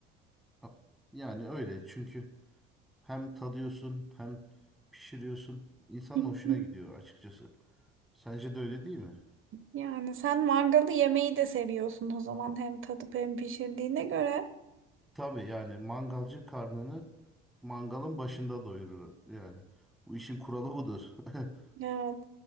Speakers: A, in the centre; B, on the right (about 45°).
A: a- yani öyle çünkü hem tadıyorsun hem pişiriyorsun. İnsanın
B: <laughs>
A: hoşuna gidiyor açıkçası. Sence de öyle değil mi?
B: Yani sen mangalı yemeyi de seviyorsun o zaman hem tadıp hem pişirdiğine göre.
A: Tabii yani mangalcı karnını mangalın başında doyurur yani. Bu işin kuralı budur. <laughs>
B: Evet.